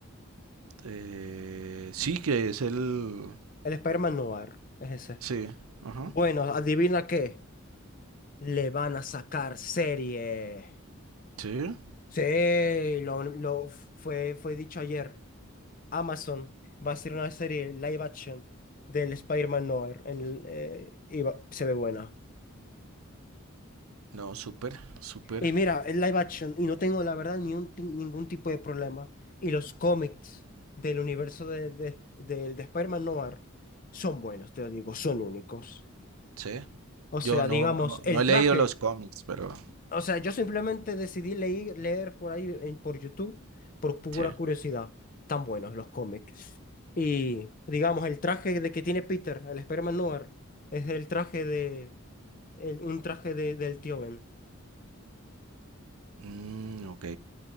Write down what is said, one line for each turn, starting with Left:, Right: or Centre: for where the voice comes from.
Right: eh, sí, que es el...
Left: El Spider-Man Noir. Es ese.
Right: Sí, ajá,
Left: Bueno, adivina qué. Le van a sacar serie.
Right: sí.
Left: Sí, lo, lo f- fue, fue dicho ayer. Amazon va a hacer una serie live action del Spider-Man Noir. En el, eh, y va- se ve buena.
Right: No, súper, súper,
Left: Y mira, es live action y no tengo la verdad ni un ti- ningún tipo de problema. Y los cómics del universo de, de, del de Spider-Man Noir son buenos, te lo digo, son únicos.
Right: sí.
Left: O
Right: Yo
Left: sea,
Right: no,
Left: digamos,
Right: no,
Left: el
Right: no he
Left: traje.
Right: leído los cómics, pero...
Left: O sea, yo simplemente decidí leer, leer por ahí en, por YouTube, por pura
Right: Sí.
Left: curiosidad. Tan buenos los cómics. Y digamos, el traje de que tiene Peter, el Spider-Man Noir, es el traje de el- un traje de, del tío Ben.
Right: Mm, ok,